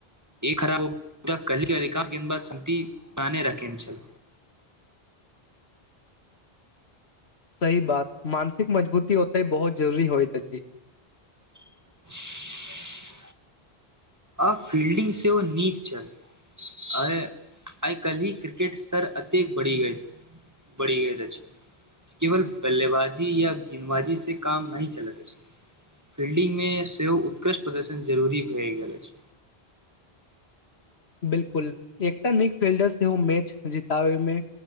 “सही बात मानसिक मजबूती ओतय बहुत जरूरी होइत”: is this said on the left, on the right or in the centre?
Left